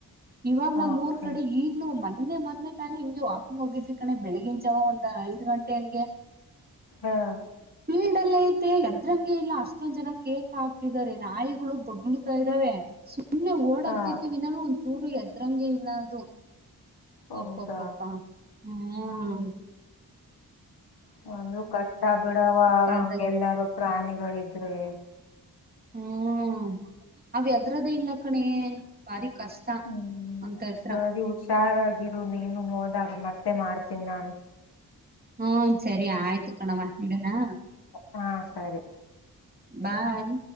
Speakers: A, on the right; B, on the left.
A: ಇವಾಗ ನಮ್
B: ಓಕೆ
A: ಊರ್ ಕಡೆ ಈಗ್ಲೂ ಮನ್ ಮನ್ನೆ ಮೊನ್ನೆ ತಾನೆ ಹಿಂಗೆ ವಾಕಿಂಗ್ ಹೋಗಿದ್ವಿ ಕಣೆ ಬೆಳಗಿನ್ ಜಾವ ಒಂದ ಐದ್ ಗಂಟೆ ಹಂಗೆ
B: ಹಾಂ
A: ಫೀಲ್ಡ್ ಅಲ್ ಐತೆ ಎದ್ರಂಗೆ ಇಲ್ಲ ಅಷ್ಟೊಂದ್ ಜನ ಕೇಕ್ ಹಾಕ್ತಿದ್ದಾರೆ. ನಾಯ್ಗುಳು ಬೊಗುಳ್ತಾ ಇದ್ದಾವೆ ಸು ಸುಮ್ನೆ ಓಡೋಗ್ತೈತೆ
B: ಹಾ
A: ವಿನಃ ಒಂದ್ ಚೂರು ಎದ್ರಂಗೆ ಇಲ್ಲ ಅದು.
B: ಹೌದಾ
A: ಅಪ್ಪಪ್ಪ. ಹ್ಮ.
B: ಒಂದು ಕಷ್ಟ ಬಿಡವ
A: ಕಾಲ್ದಲ್ಲಿ
B: ಹಂಗೆಲ್ಲಾರು ಪ್ರಾಣಿಗಳಿದ್ರೆ.
A: ಹ್ಮ್ ಅದ್ ಹೆದ್ರೋದೆ ಇಲ್ಲ ಕಣೆ ಬಾರಿ ಕಷ್ಟ
B: ಹ್ಮ್
A: ಒಂತತ್ರ
B: ಸರಿ ಹುಷಾರಾಗಿ ನೀನು ಹೋದಾಗ ಮತ್ತೆ ಮತ್ತೆ ಮಾಡ್ತೀನಿ ನಾನು.
A: ಹ್ಮ ಸರಿ ಆಯ್ತು ಕಣವ್ವ ಇಡನಾ.
B: ಹಾ ಸರಿ
A: ಬಾಯ್.